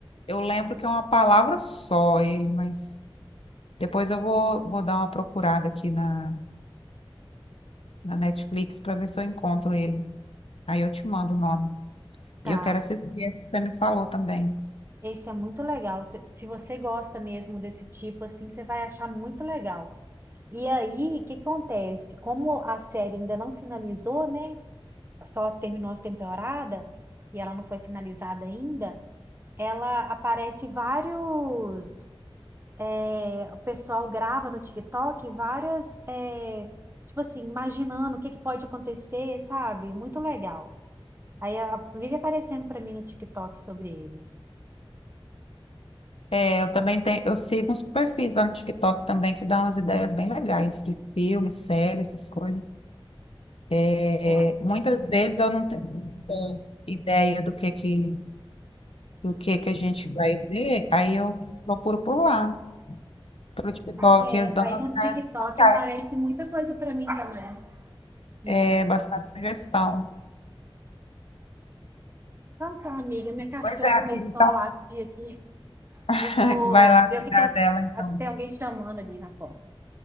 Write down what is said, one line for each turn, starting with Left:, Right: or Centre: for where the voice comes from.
Left: Eu lembro que é uma palavra só ele, mas depois eu vou, vou dar uma procurada aqui na, na Netflix para ver se eu encontro ele. Aí eu te mando o nome.
Right: Tá,
Left: E eu quero assistir
Right: eu-
Left: esse que você me falou também.
Right: esse é muito legal. Se se você gosta mesmo desse tipo, assim, você vai achar muito legal. E aí, o que que acontece? Como a série ainda não finalizou, né? Só terminou a temporada e ela não foi finalizada ainda, ela aparece vários é, o pessoal grava no TikTok várias, é, tipo assim, imaginando o que que pode acontecer, sabe? Muito legal. Aí a- vive aparecendo pra mim no TikTok sobre ele.
Left: É, eu também tenho, eu sigo uns perfis lá no TikTok também que dão umas ideias bem legais de filmes, séries, essas coisas. É,
Right: É,
Left: muitas vezes eu não tenho muita ideia do que que, do que que a gente vai ver, aí eu procuro por lá, pelo TikTok,
Right: é,
Left: eles dão
Right: aí
Left: umas
Right: no
Left: ideias
Right: TikTok
Left: legais,
Right: aparece muita coisa pra mim também disso.
Left: é, bastante sugestão.
Right: Então tá, amiga, minha cachorra
Left: Pois é,
Right: começou
Left: amiga, então
Right: a latir aqui. Eu
Left: <laughs>
Right: vou
Left: vai lá
Right: ver
Left: cuidar
Right: o que que ela...
Left: dela, então.
Right: Acho que tem alguém chamando ali na porta.